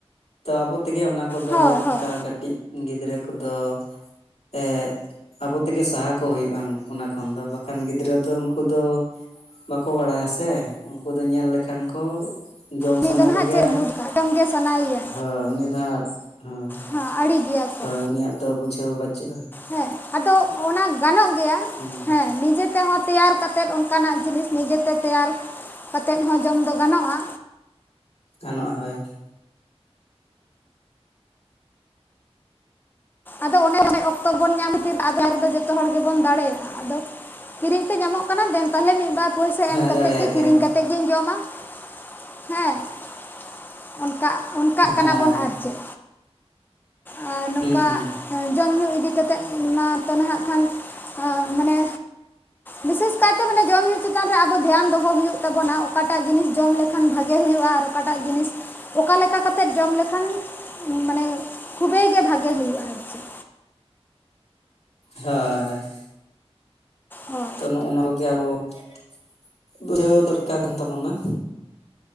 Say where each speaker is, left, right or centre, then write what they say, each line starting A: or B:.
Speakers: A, on the left (about 85°); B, on the left (about 20°).
A: ᱛᱚ ᱟᱵᱚ ᱛᱮᱜᱮ ᱚᱱᱟ ᱠᱚᱫᱚ
B: ᱦᱳᱭ
A: ᱱᱚᱝᱠᱟ
B: ᱦᱳᱭ
A: ᱠᱟᱹᱴᱤᱡ ᱜᱤᱫᱽᱨᱟᱹ ᱠᱚᱫᱚ ᱮ ᱟᱵᱚ ᱛᱮᱜᱮ ᱥᱟᱦᱟ ᱠᱚ ᱦᱩᱭᱩᱜ-ᱟ ᱚᱱᱟ ᱠᱷᱚᱱ ᱫᱚ ᱵᱟ ᱠᱷᱟᱱ ᱜᱤᱫᱽᱨᱟᱹ ᱫᱚ ᱩᱱᱠᱩ ᱫᱚ ᱵᱟᱠᱚ ᱵᱟᱲᱟᱭᱟ ᱥᱮ ᱩᱱᱠᱩ ᱫᱚ ᱧᱮᱞ ᱞᱮᱠᱷᱟᱱ ᱠᱚ ᱡᱚᱢ
B: ᱩᱱᱤ
A: ᱥᱟᱱᱟ
B: ᱫᱚ ᱱᱟᱦᱟᱜ
A: ᱠᱚᱜᱮᱭᱟ
B: ᱪᱮᱫ ᱵᱩᱡᱽ
A: ᱾
B: ᱠᱟᱜ ᱡᱚᱢ ᱜᱮ ᱥᱟᱱᱟᱭᱮᱭᱟ
A: <inaudible> ᱦᱳᱭ ᱩᱱᱤ ᱫᱚ ᱦᱟᱸᱜ ᱦᱳᱭ,
B: ᱦᱮᱸ ᱟᱹᱲᱤ ᱜᱮᱭᱟ ᱠᱚ
A: ᱦᱳᱭ ᱩᱱᱤᱭᱟᱜ ᱫᱚ ᱵᱩᱡᱷᱟᱹᱣ ᱵᱟᱹᱪᱩᱜ-ᱟ᱾
B: ᱦᱮᱸ ᱟᱫᱚ ᱚᱱᱟ ᱜᱟᱱᱚᱜ ᱜᱮᱭᱟ
A: ᱦᱩᱸ
B: ᱦᱮᱸ ᱾ ᱱᱤᱡᱮ ᱛᱮᱦᱚᱸ ᱛᱮᱭᱟᱨ ᱠᱟᱛᱮᱫ ᱚᱱᱠᱟᱱᱟᱜ ᱡᱤᱱᱤᱥ ᱱᱤᱡᱮᱛᱮ ᱛᱮᱭᱟᱨ ᱠᱟᱛᱮᱫ ᱦᱚᱸ ᱡᱚᱢ ᱫᱚ ᱜᱟᱱᱚᱜ-ᱟ᱾
A: ᱜᱟᱱᱚᱜ-ᱟ ᱦᱳᱭ ᱾
B: ᱟᱫᱚ ᱚᱱᱮ ᱚᱠᱛᱚ ᱵᱚᱱ ᱧᱟᱸᱢ ᱛᱤᱨ <unintelligible> ᱡᱚᱛᱚ ᱦᱚᱲ ᱜᱮ ᱵᱚᱱ ᱫᱟᱲᱮᱭᱟᱜ-ᱟ ᱾ ᱟᱫᱚ ᱠᱤᱨᱤᱧ ᱛᱮ ᱧᱟᱸᱢᱚᱜ ᱠᱟᱱᱟ ᱫᱮᱱ ᱛᱟᱦᱞᱮ ᱢᱤᱫ-ᱵᱟᱨ ᱯᱚᱭᱥᱟ
A: ᱦᱳᱭ
B: ᱮᱢ ᱠᱟᱛᱮᱫ
A: ᱫᱟᱲᱮᱭᱟᱜ
B: ᱜᱮ
A: ᱜᱮᱭᱟ
B: ᱠᱤᱨᱤᱧ ᱠᱟᱛᱮᱜ ᱜᱤᱸᱧ ᱡᱚᱢᱟ <inaudible> ᱦᱮᱸ <inaudible> ᱚᱱᱠᱟ ᱚᱱᱠᱟᱜ ᱠᱟᱱᱟ
A: ᱦᱳᱭ
B: ᱵᱚᱱ ᱟᱨ ᱪᱮᱜ <inaudible> ᱟᱨ ᱱᱚᱝᱠᱟ
A: ᱦᱩᱸ ᱦᱩᱸ
B: ᱡᱚᱢ ᱧᱩ ᱤᱫᱤ ᱠᱟᱛᱮᱫ ᱚᱱᱟ ᱛᱚ ᱱᱟᱦᱟᱸᱜ ᱠᱷᱟᱱ ᱢᱟᱱᱮ ᱵᱤᱥᱮᱥ ᱠᱟᱭᱛᱮ ᱢᱟᱱᱮ ᱡᱚᱢ-ᱧᱩ ᱪᱮᱛᱟᱱ ᱨᱮ ᱟᱵᱚ ᱫᱷᱮᱭᱟᱱ ᱫᱚ ᱦᱚᱸ ᱦᱩᱭᱩᱜ ᱛᱟᱵᱚᱱᱟ ᱚᱠᱟᱴᱟᱜ ᱡᱤᱱᱤᱥ ᱡᱚᱢᱞᱮᱠ ᱠᱷᱟᱱ ᱵᱷᱟᱜᱮ ᱦᱩᱭᱩᱜ-ᱟ ᱟᱨᱚ ᱾ ᱚᱠᱟᱴᱟᱜ ᱡᱤᱱᱤᱥ ᱚᱠᱟ ᱞᱮᱠᱟ ᱠᱟᱛᱮᱜ ᱡᱚᱢ ᱞᱮᱠᱷᱟᱱ ᱢᱟᱱᱮ ᱠᱷᱩᱵᱮᱭ ᱜᱮ ᱵᱷᱟᱜᱤ ᱜᱮ ᱦᱩᱭᱩᱜ-ᱟ ᱟᱨ ᱪᱮᱫ᱾
A: ᱦᱟᱸ ᱦᱮᱸ ᱾
B: ᱦᱳᱭ
A: ᱛᱚ ᱱᱚᱜ-ᱚ ᱱᱚᱣᱟ ᱠᱚ ᱜᱮ ᱟᱵᱚ <inaudible> ᱵᱩᱡᱷᱟᱹᱣ ᱫᱚᱨᱠᱟᱨ ᱠᱟᱱ ᱛᱟᱵᱚᱱᱟ᱾